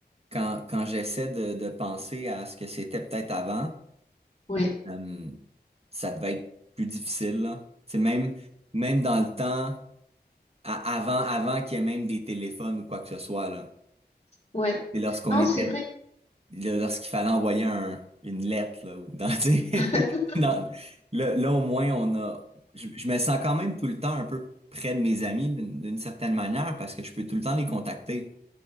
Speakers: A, on the right; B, on the left.
A: Quand, quand j'essaie de, de penser à ce que c'était peut-être avant,
B: Ouais.
A: euh, ça devait être plus difficile, là. C'est même, même dans le temps, à- avant, avant qu'il y ait même des téléphones ou quoi que ce soit, là.
B: Ouais.
A: C'est lorsqu'on
B: Non,
A: était,
B: c'est vrai.
A: lorsqu'il fallait envoyer un- une lettre, là, ou dans, <laughs> tu sais,
B: <laughs>
A: dans- là, là, au moins, on a, je, je me sens quand même tout le temps un peu près de mes amis d'une d'une certaine manière parce que je peux tout le temps les contacter.